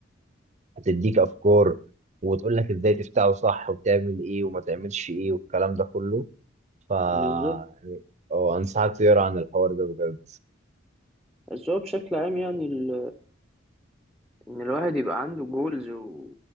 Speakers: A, on the right; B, in the centre.
A: وهتديك أفكار وتقول لك إزاي تفتحه صح وتعمل إيه وما تعملش إيه والكلام ده كله ف يعني
B: بالظبط
A: أه، أنصحك تقرا عن الحوار ده بجد
B: بس هو بشكل عام يعني ال... ان الواحد يبقى عنده جولز و...